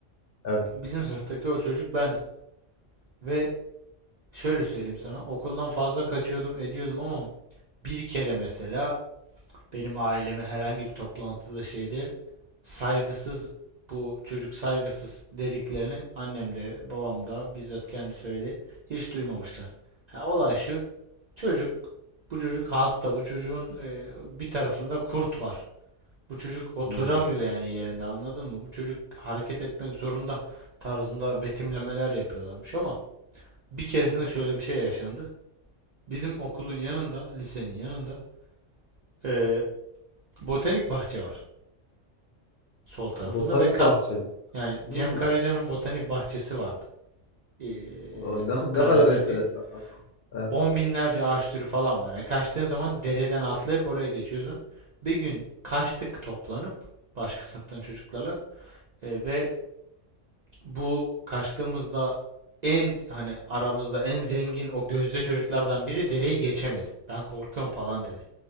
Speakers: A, on the left; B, on the right.
A: Evet.
B: Bizim sınıftaki o çocuk bendim. Ve şöyle söyleyeyim sana, okuldan fazla kaçıyordum, ediyordum ama bir kere mesela benim aileme herhangi bir toplantıda şeyde saygısız bu çocuk saygısız dediklerini annem de babam da bizzat kendi söyledi. Hiç duymamışlar. Ha, olay şu. Çocuk bu çocuk hasta. Bu çocuğun e, bir tarafında kurt var. Bu çocuk oturamıyor
A: Hmm.
B: yani yerinde anladın mı? Bu çocuk hareket etmek zorunda tarzında betimlemeler yapıyorlarmış ama bir keresinde şöyle bir şey yaşandı. Bizim okulun yanında, lisenin yanında eee, botanik bahçe var sol tarafında
A: Botanik
B: ve ka-
A: bahçe.
B: yani Cem
A: Hmm.
B: Karaca'nın botanik bahçesi vardı. Eee,
A: O, ne, ne
B: Karaca
A: kadar enteresan
B: diye.
A: kanka. Evet.
B: On binlerce ağaç türü falan var. Ya kaçtığın zaman dereden atlayıp oraya geçiyorsun. Bir gün kaçtık toplanıp başka sınıftan çocuklarla eee, ve bu kaçtığımızda en hani aramızda en zengin o gözde çocuklardan biri dereyi geçemedi. Ben korkuyorum falan dedi.